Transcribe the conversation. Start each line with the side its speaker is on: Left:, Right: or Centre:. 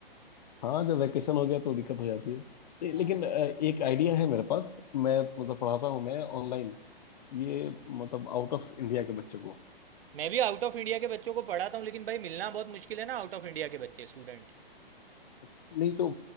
Left: हाँ जब वेकेशन हो गया तो दिक्कत हो जाती है नहीं,
Right: हाँ
Left: लेकिन अ, एक आइडिया है मेरे पास मैं मतलब पढ़ाता हूँ मैं ऑनलाइन ये मतलब आउट ऑफ इंडिया के बच्चों को
Right: मैं भी आउट ऑफ इंडिया के बच्चों को पढ़ाता हूँ लेकिन भाई मिलना बहुत मुश्किल है ना आउट ऑफ इंडिया के बच्चे स्टूडेंट
Left: अच्छा, नहीं तो